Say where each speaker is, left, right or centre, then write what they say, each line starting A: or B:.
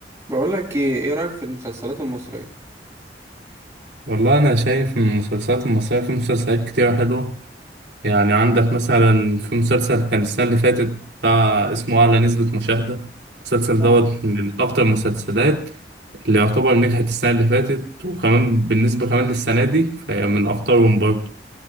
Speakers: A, on the right; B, on the right.
A: بقول لك ايه ايه رأيك في المسلسلات المصرية
B: والله أنا شايف من المسلسلات المصرية في مسلسلات كتيرة حلوة يعني عندك مثلا في مسلسل كان السنة اللي فاتت بتاع اسمه أعلى نسبة مشاهدة المسلسل
A: اه
B: دوت من أكتر المسلسلات اللي يعتبر نجحت السنة اللي فاتت وكمان بالنسبة كمان للسنة دي فهي من أخطرهم برضه